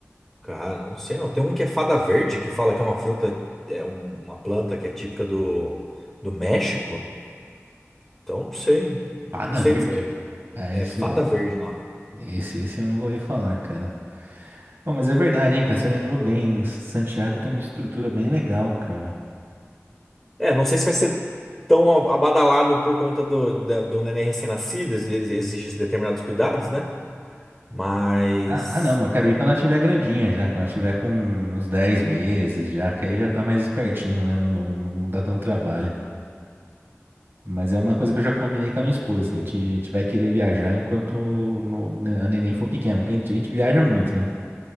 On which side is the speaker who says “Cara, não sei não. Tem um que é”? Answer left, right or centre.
Centre